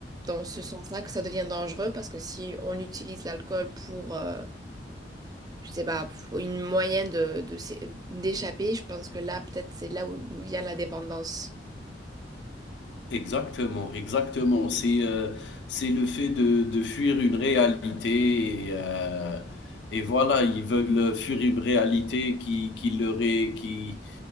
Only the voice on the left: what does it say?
Exactement, exactement. C'est euh, c'est le fait de, de fuir une réalité et, euh, et voilà, ils veulent fuir une réalité qui, qui leur est, qui,